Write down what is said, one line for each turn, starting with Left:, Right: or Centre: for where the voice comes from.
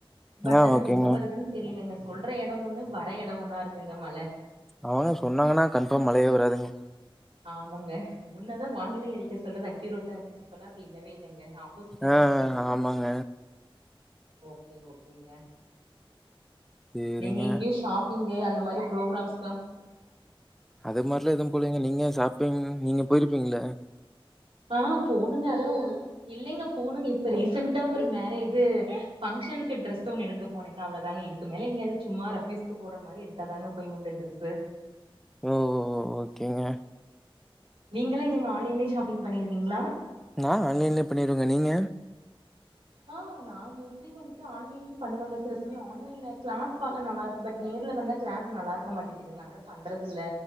Right: பட்
Centre: ஆ
Right: ஆனா
Centre: ஓகேங்க
Right: எங்க வர்றதுனு தெரியலங்க சொல்ட எட ஒன்னு வர எட ஒன்னா இருக்குங்க மழ
Centre: அவ்ங்க சொன்னாங்கனா கன்ஃபார்ம் மழையே வராதுங்
Right: ஆமாங்க முன்னாதா வானிலை அறிக்க சொல்றது அக்யூரோட்டா இருந்துச்சு இப்பலா அப்டி இல்லவே இல்லங்க ஆப்போசிட்டா
Centre: ஆஹ்
Right: தா நடக்குது
Centre: ஹ ஆமாங்க
Right: ஓகே ஓகேங்க
Centre: சேரிங்க
Right: நீங்க எங்கயோ ஷாப்பிங் டே அந்த மாரி புரோகராம்ஸ்
Centre: அது மார்லா எதுவும் போலைங் நீங்க சாப் டுங் நீங்க போயிர்பீங்ள
Right: ஆஹ் போணுங்க அதா இல்லைங்க போனுங்க இப்ப ரீசென்ட்டா ஒரு மேரேஜ் இது பங்க்ஷனுக்கு ட்ரெஸ் ஒன்னு எடுக்க போனேங்க அவ்ளதாங்க இதுக்கு மேல எங்யாது சும்மா ரஃப்யூஸ்கு போட்ற மாரி எடுத்தாதாங்க போய் உண்டு ட்ரெஸ்ஸு
Centre: ஓ ஓ ஓகேங்க
Right: நீங்களா எங்கங்க ஆன்லைலே ஷாப்பி்ங் பண்ணிருவீங்ளா
Centre: நா ஆன்லைன்லே பண்ணிருவேங்க நீங்க
Right: ஆஹ் நா மோஸ்ட்லி வந்ட்டு ஆன்னிலயு பண்ணுவங்க சில சமய ஆன்லைன்ல கிளாத் பாக்க நல்லா இருக்கு பட் நேர்ல வந்தா கிளாத் நல்லா இருக்க மாட்டிக்குதுங்க அதா பண்றதில்ல